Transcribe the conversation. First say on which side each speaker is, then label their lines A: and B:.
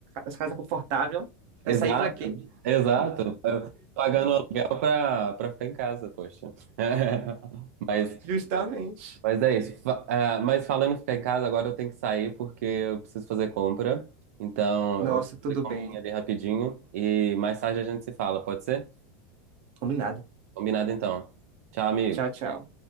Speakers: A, on the right; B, on the right.
A: essa casa confortável.
B: Exato,
A: Vai sair para quê?
B: exato. É, Pagando aluguel pra, pra ficar em casa, poxa. <laughs> Mas,
A: Justamente.
B: mas é isso. Fa- ah, Mas falando em ficar em casa, agora eu tenho que sair porque eu preciso fazer compra. Então,
A: Nossa,
B: eu vou
A: tudo
B: fazer comprinha
A: bem.
B: ali rapidinho e mais tarde a gente se fala, pode ser?
A: Combinado.
B: Combinado então. Tchau, amigo.
A: Tchau, tchau.